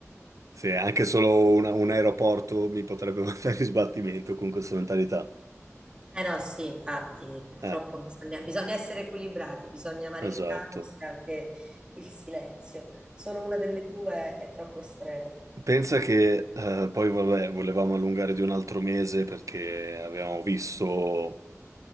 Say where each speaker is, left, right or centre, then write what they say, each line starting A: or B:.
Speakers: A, on the right; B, on the right.
A: se anche solo un, un aeroporto mi potrebbe <laughs> mandare in sbattimento con questa mentalità.
B: Eh no, sì, infatti, purtroppo
A: Eh,
B: bisogna, bisogna essere equilibrati, bisogna amare
A: esatto.
B: il caos e anche il silenzio. Solo una delle due è troppo estremo.
A: Pensa che eh, poi vabbè, volevamo allungare di un altro mese perché avevamo visto